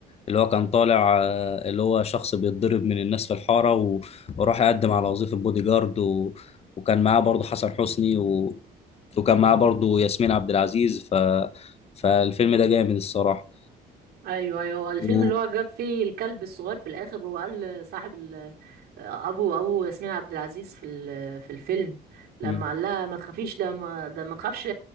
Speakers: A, on the left; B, on the right.
A: اللي هو كان طالع آه، اللي هو شخص بيتضرب من الناس في الحارة و... وراح يقدم على وظيفة بودي جارد و... وكان معاه برضو حسن حسني و... وكان معاه برضو ياسمين عبد العزيز ف... فالفيلم ده جامد الصراحة
B: ايوه ايوه الفيلم
A: و...
B: اللي هو جاب فيه الكلب الصغير في الاخر وقال لصاحب ال... ابو ابو ياسمين عبد العزيز في ال... في الفيلم لما
A: م-
B: قال لها ما تخافيش ده ما... ده ما تخافش